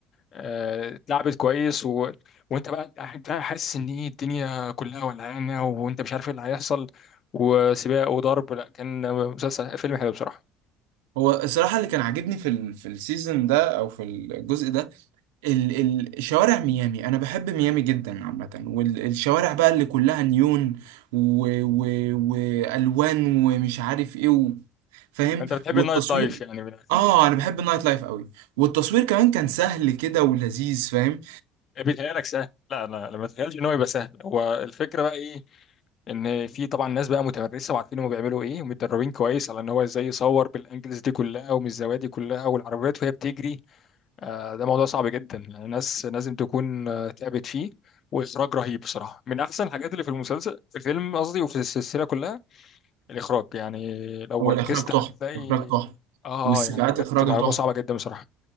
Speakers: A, on the left; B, on the right.
A: آه، اتلعبت كويس و... وانت بقى قاعد بقى حاسس ان ايه الدنيا كلها ولعانه وانت مش عارف ايه اللي هيحصل وسباق وضرب لا كان مسلسل فيلم حلو بصراحه
B: هو الصراحة اللي كان عاجبني في ال في السيزون ده أو في الجزء ده ال ال شوارع ميامي أنا بحب ميامي جدا عامة والشوارع بقى اللي كلها نيون و و وألوان ومش عارف إيه و- فاهم
A: انت بتحب
B: والتصوير
A: النايت لايف يعني من الاخر
B: آه أنا بحب النايت لايف قوي والتصوير كمان كان سهل كده ولذيذ فاهم
A: بيتهيألك سهل لا لا لا، ما تتخيلش ان هو يبقى سهل هو الفكره بقى ايه ان في طبعا ناس بقى متمرسه وعارفين هم بيعملوا ايه ومتدربين كويس على ان هو ازاي يصور بالانجلز دي كلها ومن الزوايا دي كلها والعربيات وهي بتجري آه، ده موضوع صعب جدا يعني الناس لازم تكون آه، تعبت فيه واخراج رهيب بصراحه من احسن الحاجات اللي في المسلسل في الفيلم قصدي وفي السلسله كلها الاخراج يعني لو
B: هو الإخراج
A: ركزت
B: تحفة
A: هتلاقي
B: الإخراج تحفة
A: اه
B: والسباقات
A: يعني حاجات
B: إخراجها
A: معلومه
B: تحفة
A: صعبه جدا بصراحه